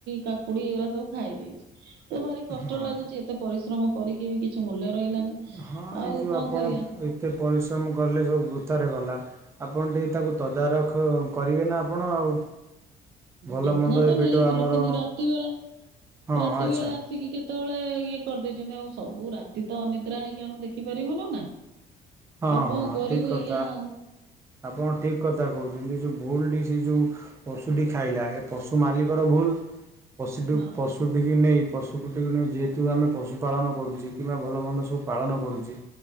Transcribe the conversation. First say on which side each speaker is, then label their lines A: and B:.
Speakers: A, on the right; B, on the right.
A: କାକୁଡି ଏଇଗୁଡା ସବୁ ଖାଇ ଦେଇଛି। ତ ଭାରି କଷ୍ଟ
B: ହଁ
A: ଲାଗୁଚି ଏତେ ପରିଶ୍ରମ କରିକି ବି କିଛି କିଛି ମୂଲ୍ୟ ରହିଲାନି
B: ହଁ ଏଇ
A: ଆଉ
B: ଯୋଉ
A: କଣ
B: ଆପଣ
A: କରିବା?
B: ଏତେ ପରିଶ୍ରମ କଲେ ସବୁ ବୃଥାରେ ଗଲା। ଆପଣ ଟିକେ ତାକୁ ତଦାରଖ କରିବେ ନା ଆପଣ ଆଉ। ଭଲ
A: ଯତ୍ନ
B: ମନ୍ଦ
A: ତ
B: ଏବେଠୁ
A: ନେଇଥିଲୁ
B: ଆମର
A: କିନ୍ତୁ ରାତି ବେଳା
B: ହଁ
A: ରାତି
B: ଆଚ୍ଛା
A: ବେଳା ଆସିକି କେତେବେଳେ ଇଏ କରିଦେଇଛନ୍ତି ଆଉ ସବୁ ରାତି ତ ଅନିଦ୍ରା ହେଇକି ଆମେ ଦେଖିପାରିବୁନି ନା। ଆଉ
B: ହଁ
A: କଣ
B: ହଁ
A: କରିବୁ
B: ଠିକ୍ କଥା।
A: ଏଇଆ ଆଉ।
B: ଆପଣ ଠିକ୍ କଥା କହୁଛନ୍ତି ଏଇ ଯୋଉ ଭୁଲ୍ ଡିସି ଯୋଉ ପଶୁଟି ଖାଇଲା ଏ ପଶୁ ମାଲିକର ଭୁଲ୍ ପଶିଟୁ
A: ହଁ।
B: ପଶୁ ଟିକି ନେଇ ପଶୁକୁ ଟିକି ନେଇ ଯେହେତୁ ଆମେ ପଶୁ ପାଳନ କରୁଚେ କିମ୍ବା ଭଲ ମନ୍ଦ ସବୁ ପାଳନ କରୁଚି।